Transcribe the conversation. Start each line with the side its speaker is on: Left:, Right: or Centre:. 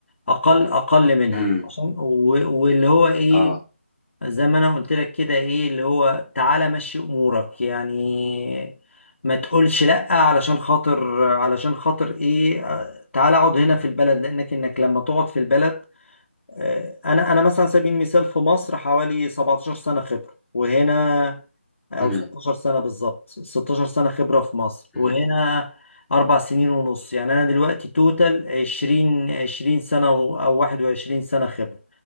Left: اقل اقل منها
Centre: امم
Left: عشان و- واللي هو ايه
Centre: اه
Left: زي ما انا قلت لك كده ايه اللي هو تعالى مشي امورك يعني ما تقولش لا علشان خاطر علشان خاطر ايه آه، تعالى اقعد هنا في البلد لانك انك لما تقعد في البلد آه، انا انا مثلا على سبيل المثال في مصر حوالي 17 سنه خبره وهنا او
Centre: امم
Left: 16 سنه بالظبط 16 سنه خبره في مصر وهنا
Centre: امم
Left: اربع سنين ونص يعني انا دلوقتي توتال 20 20 سنه و- او 21 سنه خبره